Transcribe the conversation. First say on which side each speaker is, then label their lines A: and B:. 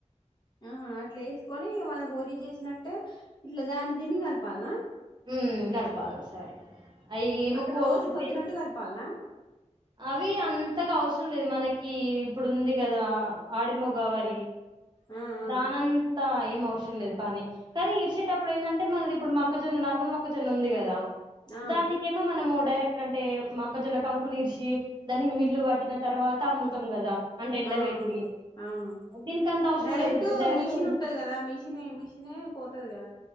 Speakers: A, on the left (about 35°); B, on the right (about 40°).
A: ఆహా అట్లా వేసుకొని ఇక మన వోరి చేసినట్టే ఇట్లా దాన్ని తిని కలపాలనా
B: హ్మ్ కలపాల ఒక సారి అవి ఏమో
A: అంటే
B: కోసు
A: రోజు పొద్దునట్టు
B: పి
A: కలపాలనా
B: అవి అంతగా అవసరం లేదు మనకి ఇప్పుడు ఉంది కదా ఆడిమగ వై
A: ఆ ఆ
B: దానం తా ఏం అవసరం లేదు పని కానీ ఇరిసేటప్పుడు ఏందంటే మనది ఇప్పుడు మొక్కజొన్న నార్మల్ మొక్కజొన్న ఉంది గదా
A: ఆ
B: దానికేమో మనము డైరెక్ట్ అంటే మొక్కజొన్న కంకులు ఇరిసి దాన్ని మిల్లు పట్టిన తర్వాత అమ్ముతాం కదా అంటే ఎండ
A: ఆ
B: పెట్టి
A: అవును అవును
B: దీనికి అంత అవసరం
A: డైరెక్ట్
B: లేదు డైరెక్ట్
A: మిషన్ ఉంటది కదా మిషినే మిషినే పోతది కదా